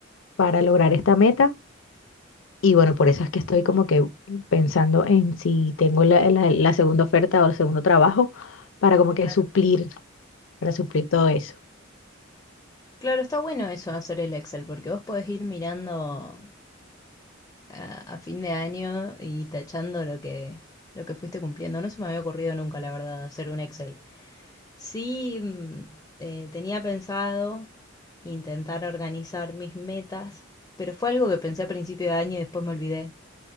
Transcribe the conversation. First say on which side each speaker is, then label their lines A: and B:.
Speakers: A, on the left; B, on the left.
A: para lograr esta meta y bueno, por eso es que estoy como que pensando en si tengo la, la- la segunda oferta o el segundo trabajo para como
B: claro.
A: que suplir, para suplir todo eso.
B: Claro, está bueno eso de hacer el Excel, porque vos podés ir mirando a, a fin de año y tachando lo que, lo que fuiste cumpliendo. No se me había ocurrido nunca, la verdad, hacer un Excel. Sí, mm, eh, tenía pensado intentar organizar mis metas, pero fue algo que pensé a principio de año y después me olvidé.